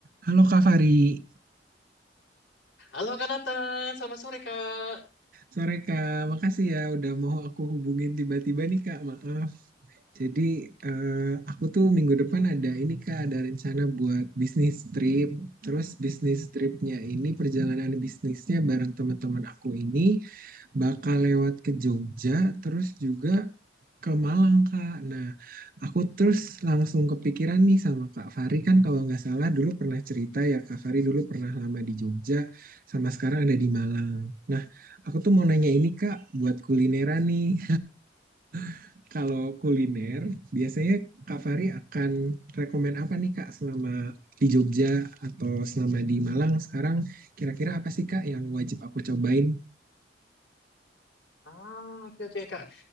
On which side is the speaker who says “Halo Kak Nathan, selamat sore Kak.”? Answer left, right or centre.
Left